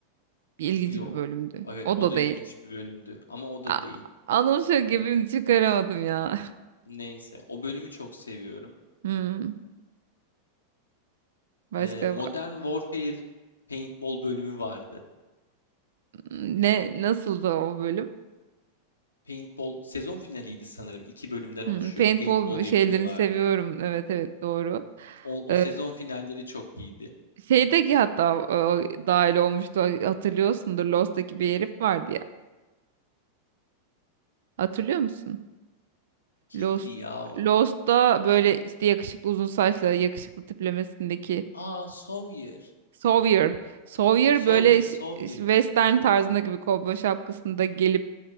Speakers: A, on the right; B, on the left.
A: bir
B: Yok.
A: ilginç bir bölümdü.
B: Evet
A: O
B: o
A: da
B: da
A: değil.
B: ilginç bir bölümdü ama o da
A: A
B: değil.
A: anımsıyor gibi çıkaramadım ya. <laughs>
B: Neyse o bölümü çok seviyorum.
A: Hmm, başka
B: Ee, Modern Warfare Paintball bölümü vardı.
A: ne nasıldı o bölüm?
B: Paintball sezon finaliydi sanırım. İki bölümden
A: Hmm,
B: oluşuyordu.
A: paintball
B: Paintball
A: şeylerini
B: yapıyorlardı.
A: seviyorum. Evet evet doğru.
B: O,
A: Ee,
B: o sezon finalleri çok iyiydi.
A: şeydeki hatta e, dahil olmuştu hatırlıyorsundur Lost'taki bir herif vardı ya. Hatırlıyor musun?
B: Kimdi
A: Lost,
B: ya o?
A: Lost'ta böyle işte yakışıklı uzun saçlı yakışıklı tiplemesindeki
B: Aa Sawyer.
A: Sawyer. Sawyer
B: Sawyer,
A: böyle ş-
B: Sawyer.
A: ş- western tarzında gibi kovboy şapkasında gelip